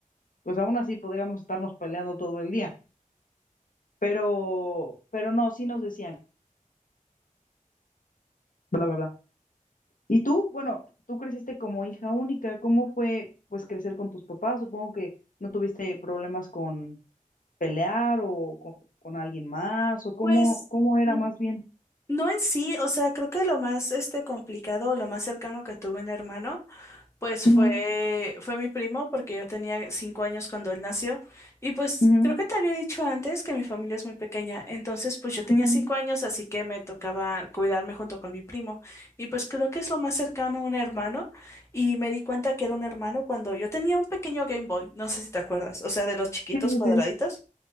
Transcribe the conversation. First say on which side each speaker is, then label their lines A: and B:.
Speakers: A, on the left; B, on the left.
A: pues aún así podríamos estarnos peleando todo el día. Pero, pero no, sí nos decían, bla, bla, bla. Y tú, bueno, tú creciste como hija única, ¿cómo fue pues crecer con tus papás? Supongo que no tuviste problemas con pelear o con, con alguien más, o cómo,
B: Pues
A: cómo era
B: mm,
A: más bien.
B: no en sí, o sea, creo que lo más este complicado, lo más cercano que tuve un hermano Pues
A: Ujú,
B: fue, fue mi primo porque yo tenía cinco años cuando él nació y pues
A: ujú,
B: creo que te había dicho antes que mi familia es muy pequeña, entonces pues yo tenía
A: ujú.
B: cinco años así que me tocaba cuidarme junto con mi primo y pues creo que es lo más cercano a un hermano y me di cuenta que era un hermano cuando yo tenía un pequeño Game Boy, no sé si te acuerdas, o sea, de los chiquitos
A: Sí, sí,
B: cuadraditos.
A: sí.